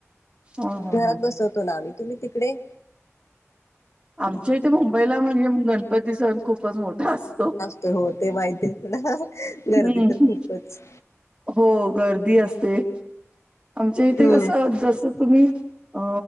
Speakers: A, on the right; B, on the left.
A: हा हा
B: घरात
A: हा
B: बसवत तो ना आम्ही तुम्ही तिकडे
A: आमच्या इथे मुंबईला म्हणजे गणपती सण खूपच मोठा असतो.
B: हो ते माहिती आहे ना
A: हम्म
B: गर्दी तर खूपच
A: हो गर्दी असते आमच्या इथे
B: हम्म
A: कसं जस तुम्ही अ